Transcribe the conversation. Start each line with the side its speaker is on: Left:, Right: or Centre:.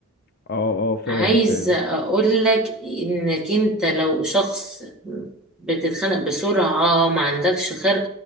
Left: اه اه فاهم
Centre: عايز
Left: فاهم
Centre: اقول لك انك انت لو شخص بتتخانق بسرعة ما عندكش خلق